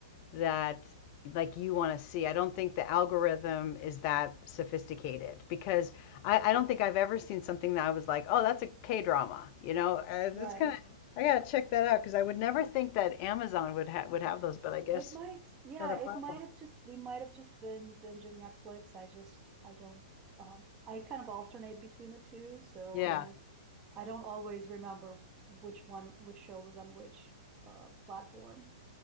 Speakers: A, on the left; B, on the right.
A: that like you want to see. I don't think the algorithm is that sophisticated because I, I don't think I've ever seen something that I was like, oh, that's a K drama. You know, Uh,
B: Right.
A: it's kind of I gotta check that out because I would never think that Amazon would have would
B: Yeah.
A: have those, but I guess
B: It might, yeah,
A: another platform.
B: it might have just we might have just been binging Netflix. I just I don't um I kind of alternate between the two, so
A: Yeah,
B: I don't I don't always remember which one which show was on which uh platform.